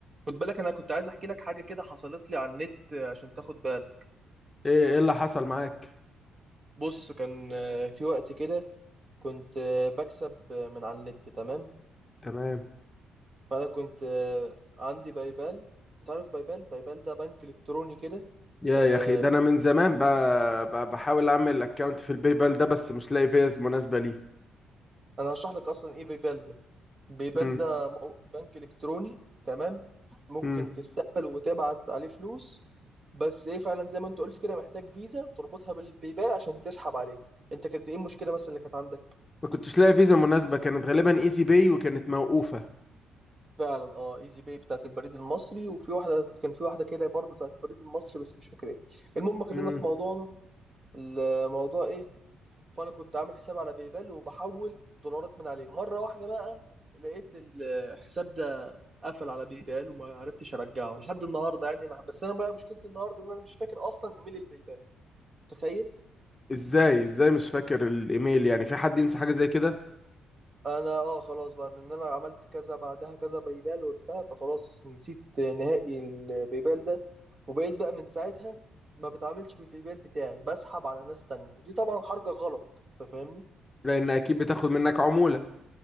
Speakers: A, on the right; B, on the left.
A: خد بالك انا كنت عايز احكي لك حاجه كده حصلت لي على النت آه، عشان تاخد بالك
B: ايه ايه اللي حصل معاك
A: بص كان آه، في وقت كده كنت آه، بكسب آه، من على النت تمام
B: تمام
A: فانا كنت آه، عندي بايبال انت عارف بايبال بايبال ده بنك الكتروني كده
B: يا
A: آه،
B: يا اخي ده انا من زمان بقى, بقى بحاول اعمل اكونت في الباي بال ده بس مش لاقي فيز مناسبه ليه
A: انا هشرح لك اصلا ايه بايبال ده بايبال
B: امم
A: ده مو- بنك الكتروني تمام ممكن
B: امم
A: تستقبل وتبعت عليه فلوس بس ايه فعلا زي ما انت قلت كده محتاج فيزا تربطها بالبايبال عشان تسحب عليه انت كانت ايه المشكله مثلا اللي كانت عندك
B: ما كنتش لاقي فيزا مناسبه كانت غالبا ايزي باي وكانت موقوفه
A: فعلا اه ايزي باي بتاعت البريد المصري وفي واحده كان في واحده كده برضه بتاعت البريد المصري بس مش فاكر ايه المهم خلينا
B: امم
A: في موضوعنا الموضوع ايه فانا كنت عامل حساب على بايبال وبحول دولارات من عليه مره واحده بقى لقيت الحساب ده قفل على بايبال وما عرفتش ارجعه لحد النهارده يعني انا بس انا بقى مشكلتي النهارده ان انا مش فاكر اصلا ايميل البايبال تخيل
B: ازاي ازاي مش فاكر الايميل يعني في حد ينسى حاجه زي كده
A: انا اه خلاص بقى لان انا عملت كذا بعدها كذا بيبال وبتاع فخلاص نسيت نهائي البيبال ده وبقيت بقى من ساعتها ما بتعاملش بالبيبال بتاعي بسحب على ناس تانية ودي طبعا حركة غلط انت فاهمني
B: لان اكيد بتاخد منك عموله